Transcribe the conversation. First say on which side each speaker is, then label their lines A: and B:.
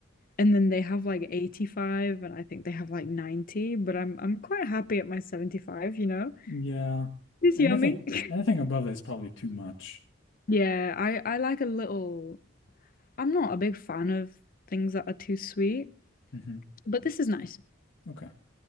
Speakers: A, on the left (about 45°); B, on the left (about 65°).
A: and then they have like 85 and I think they have like 90, but I'm I'm quite happy at my 75, you know?
B: Yeah.
A: It's
B: Anything
A: yummy. <laughs>
B: anything above that is probably too much.
A: Yeah, I I like a little I'm not a big fan of things that are too sweet,
B: hmm
A: but this is nice.
B: Okay.